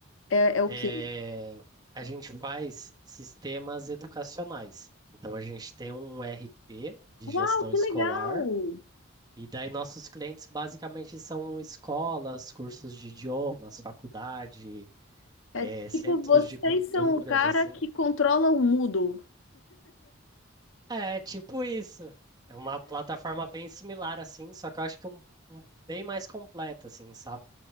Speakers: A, on the left; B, on the right.
A: é, é o
B: eh,
A: quê?
B: a gente faz sistemas educacionais. Então, a gente tem um RP de
A: Uau,
B: gestão
A: que
B: escolar,
A: legal!
B: e daí nossos clientes basicamente são escolas, cursos de idiomas, faculdade,
A: É
B: eh, centros
A: tipo, vocês
B: de culturas,
A: são o cara
B: assim.
A: que controla o Moodle.
B: É, tipo isso. É uma plataforma bem similar, assim, só que eu acho que um, um bem mais completa, assim, sabe?